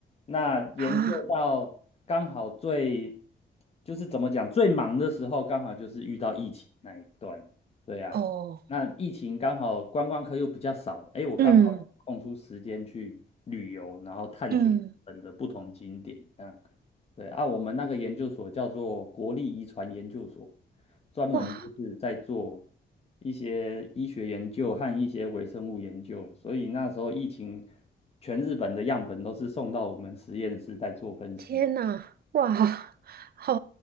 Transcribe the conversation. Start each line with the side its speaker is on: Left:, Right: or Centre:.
Left: 那研究到刚好最，
Right: 啊，
Left: 就是怎么讲，最忙的时候，刚好就是遇到疫情那一段。对啊，
Right: 哦，
Left: 那疫情刚好观光客又比较少，哎，我刚好空出时间去旅游，
Right: 嗯
Left: 然后探索日本的不同景点，
Right: 嗯，
Left: 这样对啊，我们那个研究所叫做国立遗传研究所。专门就是在做
Right: 哇，
Left: 一些医学研究和一些微生物研究，所以那时候疫情，全日本的样本都是送到我们实验室在做分析。
Right: 天呐，哇，好，